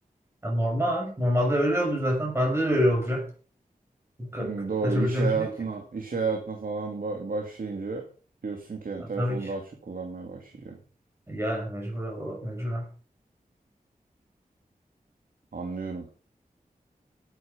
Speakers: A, on the right (about 15°); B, on the right (about 70°).
A: Ya normal. Normalde öyle oldu zaten. Bende de öyle olacak. Ka-
B: Hı,
A: ka-
B: Doğru
A: kaçabileceğim
B: iş hayatına
A: bir şey değil ki.
B: iş hayatına falan ba- başlayınca diyorsun ki yani
A: Ha,
B: telefonu
A: tabii ki.
B: daha çok kullanmaya başlayacağım.
A: Yani mecbur, mecbur.
B: Anlıyorum.